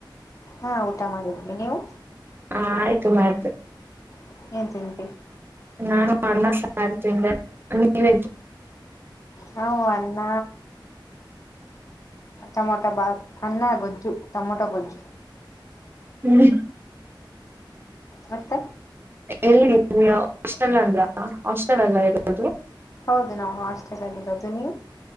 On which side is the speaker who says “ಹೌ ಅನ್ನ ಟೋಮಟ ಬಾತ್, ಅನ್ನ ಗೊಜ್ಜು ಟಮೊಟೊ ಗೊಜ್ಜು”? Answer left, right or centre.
Left